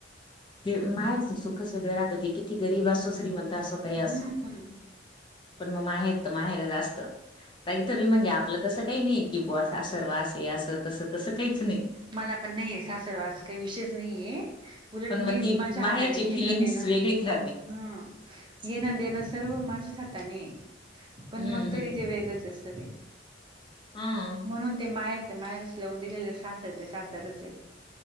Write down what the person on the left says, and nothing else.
ते माहेरच सुखच वेगळं राहत ते किती गरीब असो श्रीमंत असो काही
असो पण मग माहेर तर माहेर जास्त इथं बी म्हणजे आपलं तसं काही नाही की बॉस सर् वास असं तसं तसं काहीच नाही
पण
मग ती
माहेरची
फिलिंग्स
वेगळीच राहते.
हम्म
हम्म.
हा